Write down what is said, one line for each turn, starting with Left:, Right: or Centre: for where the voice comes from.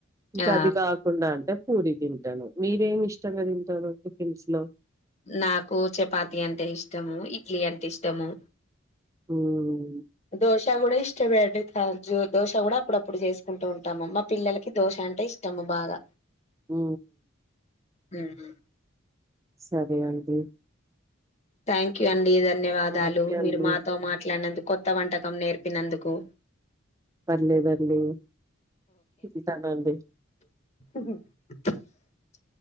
Right: ఇంకా
Left: ఆ!
Right: అది కాకుండా అంటే పూరి తింటాను మీరేమి ఇష్టంగా తింటారు టిఫిన్స్ లో
Left: నాకు చపాతి అంటే ఇష్టము ఇడ్లీ అంటే ఇష్టము
Right: హ్మ్.
Left: దోస్ దోస్ కూడా కూడా ఇష్టం అండి దోస కూడా అప్పుడప్పుడు చేసుకుంటూ ఉంటాము మా పిల్లలకి దోస అంటే ఇష్టము బాగా
Right: ఉ
Left: ఉహు
Right: సరే అండి
Left: థ్యాంక్యూ అండి ధన్యవాదాలు
Right: ఓకే
Left: మీరు
Right: అండి.
Left: మాతో మాట్లాడినందుకు కొత్త వంటకం నేర్పు చెప్పినందుకు
Right: పర్లేదండి ఉంటాను అండి
Left: <inaudible>